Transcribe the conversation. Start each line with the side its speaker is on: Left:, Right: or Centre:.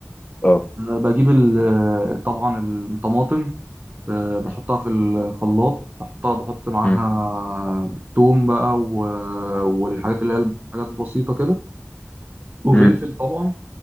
Left: اه
Right: أه، بجيب ال- آه، طبعا الطماطم أه، بحطها
Left: مم.
Right: في الخلاط بحطها بحط معاها
Left: مم.
Right: توم بقى و- آه، والحاجات
Left: مم.
Right: اللي هي حاجات بسيطه كده وفلفل
Left: مم.
Right: طبعا